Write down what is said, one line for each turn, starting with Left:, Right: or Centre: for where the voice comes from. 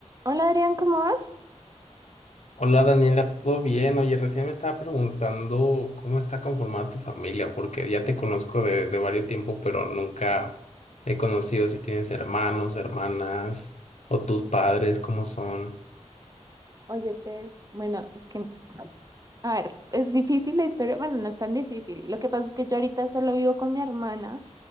Right: Hola Adrián, ¿cómo vas?
Left: Hola Daniela, ¿todo bien? Oye, recién me estaba preguntando cómo está conformada tu familia, porque ya te conozco de, de varios tiempo, pero nunca he conocido si tienes hermanos, hermanas o tus padres, cómo son.
Right: Oye, pues, bueno, es que, a ver, es difícil la historia, bueno, no es tan difícil. Lo que pasa es que yo ahorita solo vivo con mi hermana